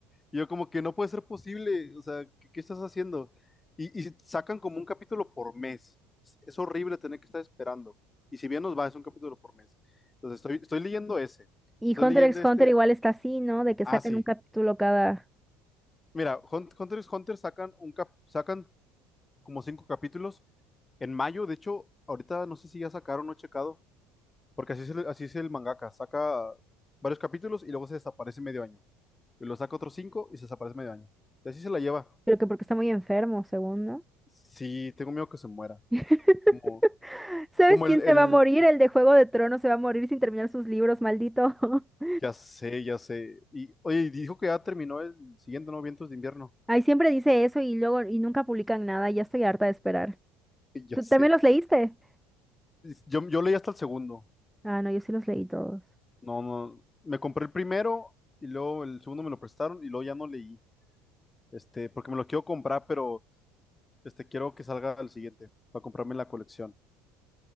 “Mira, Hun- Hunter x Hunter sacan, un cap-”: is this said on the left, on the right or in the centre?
Left